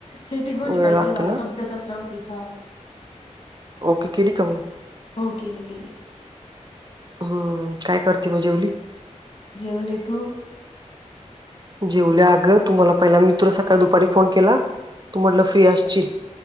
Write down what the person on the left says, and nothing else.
सेटिंग होती
काहीतरी
मला
समजतच जाऊ दे, हा
हो केली केली
जेवली तु?